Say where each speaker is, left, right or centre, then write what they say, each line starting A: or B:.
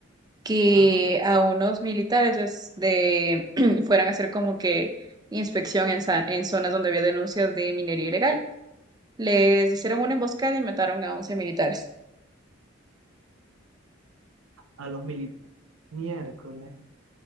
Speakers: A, on the right; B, on the right.
A: que
B: Ajá,
A: a unos militares les de, <clears throat> fueran a hacer como que inspección en, sa- en zonas donde había denuncias de minería ilegal. Les hicieron una emboscada y mataron a 11 militares.
B: a los militares. Miércoles.